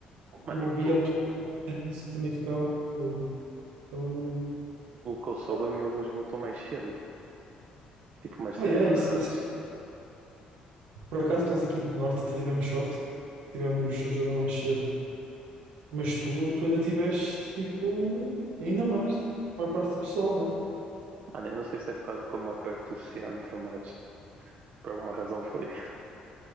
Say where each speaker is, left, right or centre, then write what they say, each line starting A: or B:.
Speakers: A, on the right; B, on the right.
A: Mano,
B: Eu ouvia
A: e pelo,
B: a pessoa fazer isso e também ficava de fogo. Ficava mesmo-
A: pelo que eu soube,
B: ficava-
A: a minha luz voltou mais cedo. Tipo, umas
B: Ah,
A: três
B: é,
A: horas
B: isso,
A: antes.
B: isso- Por acaso nós aqui do Norte até tivemos sorte, tivemos ajuda mais cedo. Mas tu, tu ainda tiveste, tipo, ainda mais, tipo, a maior parte do pessoal, né?
A: Mano, eu não sei se é por causa que eu moro perto do centro, mas por alguma razão foi.